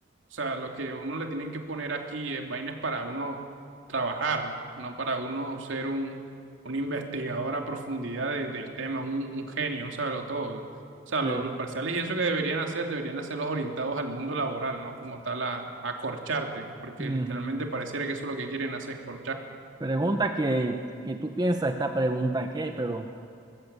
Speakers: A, on the right; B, on the right.
A: O sea, lo que uno le tienen que poner aquí es vainas para uno trabajar, no para uno ser un, un investigador a profundidad de- del tema, un, un genio, un todo. O sea,
B: Sí.
A: lo- los parciales y eso que deberían hacer, deberían hacerlos orientados al mundo laboral, ¿no? Como tal, a, a corcharte, porque
B: Ujú.
A: literalmente pareciera que eso es lo que quieren hacer, corchar.
B: Pregunta que, que tú piensas, esta pregunta qué, pero,